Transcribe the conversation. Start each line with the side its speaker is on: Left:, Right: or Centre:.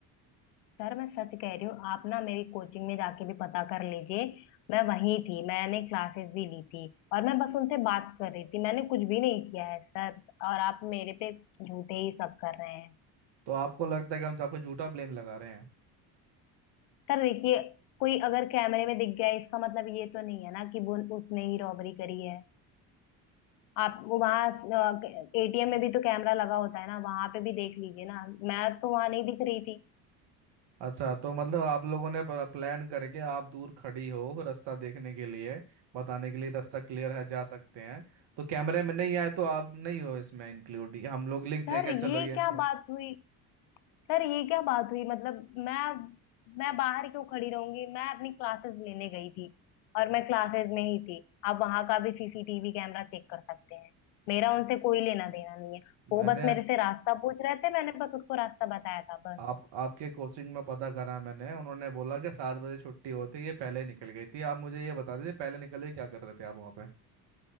Left: सर मैं सच कह रही हूँ आप ना मेरी कोचिंग में जाके भी पता कर लीजिए मैं वहीं थी मैंने क्लासेस भी ली थी और मैं बस उनसे बात कर रही थी मैंने कुछ भी नहीं किया है सर और आप मेरे पे झूठे ही सब कर रहे हैं
Right: तो आपको लगता है कि हम तो आपको झूठा ब्लेम लगा रहे हैं
Left: सर देखिए कोई अगर कैमरे में दिख गया इसका मतलब ये तो नहीं है ना कि वो उसने ही रॉबरी करी है आप वो वहाँ एटीएम में भी तो कैमरा लगा होता है ना वहां पे भी देख लीजिए ना मैं तो वहां नहीं दिख रही थी
Right: अच्छा तो मतलब आप लोगों ने प्लान करके आप दूर खड़ी हो रास्ता देखने के लिए बताने के लिए रास्ता क्लियर है जा सकते हैं तो कैमरे में नहीं आए तो आप नहीं हो इसमें इंक्लूड हम लोग लिख दें
Left: सर
Right: क्या
Left: ये
Right: चलो ये इंक्लूड
Left: क्या बात हुई सर ये क्या बात हुई मतलब मैं मैं बाहर क्यों खड़ी रहूंगी मैं अपनी क्लासेस लेने गई थी और मैं क्लासेस में ही थी आप वहां का भी सीसीटीवी कैमरा चेक कर सकते हैं मेरा उनसे कोई लेना देना नहीं है
Right: मैंने
Left: वो बस मेरे से रास्ता पूछ रहे थे मैंने बस उसको रास्ता बताया था बस
Right: आप आपके कोचिंग में पता करा मैंने उन्होंने बोला कि सात बजे छुट्टी होती ये पहले ही निकल गई थी आप मुझे ये बता दीजिए पहले निकल के क्या कर रहे थे आप वहाँ पे